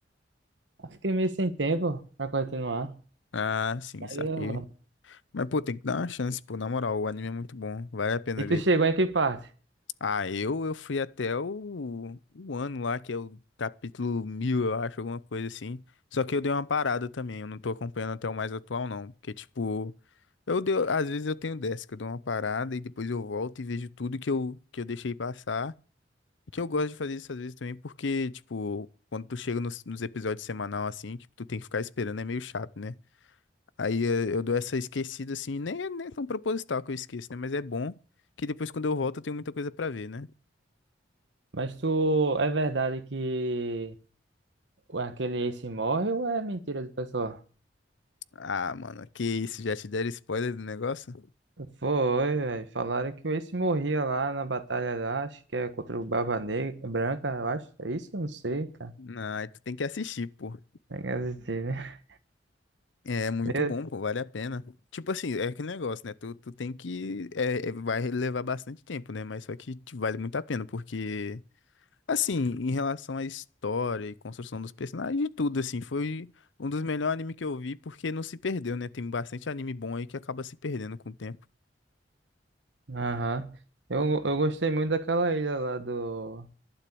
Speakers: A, on the right (about 70°); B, on the left (about 85°).
A: Eu fiquei meio sem tempo pra continuar.
B: Ah, sim,
A: Mas
B: saquei.
A: eu...
B: Mas, pô, tem que dar uma chance, pô, na moral, o anime é muito bom, vale a pena
A: E tu
B: ver.
A: chegou em que parte?
B: Ah, eu, eu fui até o, o ano lá, que é o capítulo mil, eu acho, alguma coisa assim. Só que eu dei uma parada também, eu não tô acompanhando até o mais atual, não. Porque, tipo, eu deu, às vezes eu tenho dessa, que eu dou uma parada e depois eu volto e vejo tudo que eu, que eu deixei passar. Que eu gosto de fazer isso às vezes também, porque, tipo, quando tu chega nos, nos episódios semanal assim, que tu tem que ficar esperando, é meio chato, né? Aí eh, eu dou essa esquecida assim, nem, é, nem é tão proposital que eu esqueço, né? Mas é bom que depois quando eu volto eu tenho muita coisa pra ver, né?
A: Mas tu... É verdade que aquele Ace morre ou é mentira do pessoal?
B: Ah, mano, que isso, já te deram spoiler do negócio?
A: Foi, velho. Falaram que o Ace morria lá na batalha lá, acho que é contra o Barba Negra, Branca, eu acho. É isso? Eu não sei, cara.
B: Não, aí tu tem que assistir, pô.
A: É que assistir, né?
B: É muito
A: Eu-
B: bom, pô, vale a pena. Tipo assim, é aquele negócio, né? Tu, tu tem que. é, é, vai levar bastante tempo, né? Mas só que te vale muito a pena, porque. Assim, em relação à história e construção dos personagens, e tudo, assim, foi um dos melhores animes que eu vi, porque não se perdeu, né? Tem bastante anime bom aí que acaba se perdendo com o tempo.
A: Aham. Eu, eu gostei muito daquela ilha lá do,